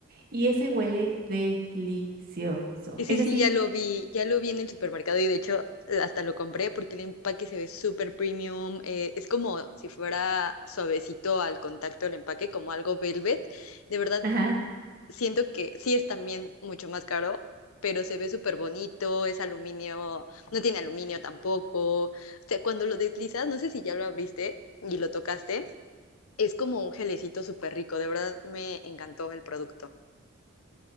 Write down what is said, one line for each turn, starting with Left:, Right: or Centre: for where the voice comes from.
Right: Y ese huele delicioso.
Left: Ese
Right: Ese
Left: sí
Right: sí,
Left: ya lo vi, ya lo vi en el supermercado y de hecho eh, hasta lo compré porque el empaque se ve súper premium. eh, es como si fuera suavecito al contacto el empaque, como algo velvet. De verdad,
Right: ajá.
Left: siento que sí es también mucho más caro, pero se ve súper bonito, es aluminio, no tiene aluminio tampoco. O sea, cuando lo deslizas, no sé si ya lo abriste y lo tocaste, es como un gelecito súper rico. De verdad, me encantó el producto.